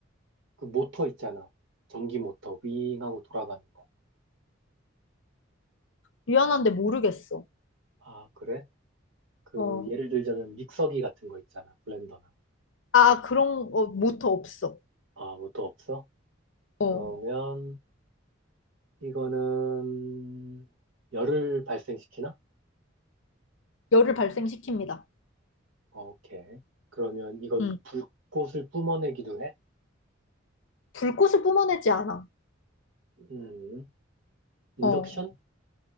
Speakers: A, on the right; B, on the left.
A: 그 모터 있잖아. 전기 모터, 윙 하고 돌아가는 거.
B: 미안한데 모르겠어.
A: 아, 그래? 그,
B: 어.
A: 예를 들자면 믹서기 같은 거 있잖아. 블렌더나.
B: 아, 그런, 거 모터 없어.
A: 아, 모터 없어? 그러면,
B: 어.
A: 이거는, 열을 발생시키나?
B: 열을 발생시킵니다.
A: 오케이. 그러면 이건
B: 음.
A: 불꽃을 뿜어내기도 해?
B: 불꽃을 뿜어내지 않아.
A: 음, 인덕션?
B: 어.